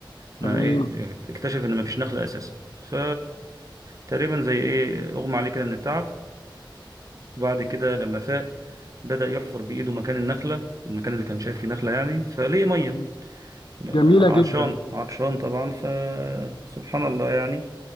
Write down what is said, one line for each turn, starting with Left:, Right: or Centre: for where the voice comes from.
Right: ما
Left: تمام
Right: إيه اكتشف إن ما فيش نخلة أساسا ف تقريبا زي إيه أغمى عليه كده من التعب وبعد كده لما فاق بدأ يحفر بإيده مكان النخلة المكان اللي كان شايف فيه نخلة يعني فلقي مية
Left: تمام
Right: آه،
Left: جميلة جدا
Right: عطشان عطشان طبعا فسبحان الله يعني